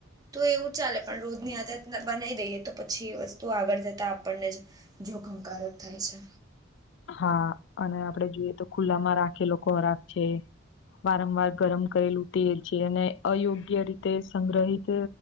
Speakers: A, on the right (about 20°); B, on the left (about 60°).
A: તો એવું ચાલે પણ રોજની આદત બનાવી દઈએ તો પછી એ વસ્તુ આગળ જતાં આપ આપણને જ જોખમકારક થાય છે.
B: હા અને આપડે જોઈએ તો ખુલ્લામાં રાખેલો ખોરાક છે. વારંવાર ગરમ કરેલું તેલ છે, અને અયોગ્ય રીતે સંગ્રહિત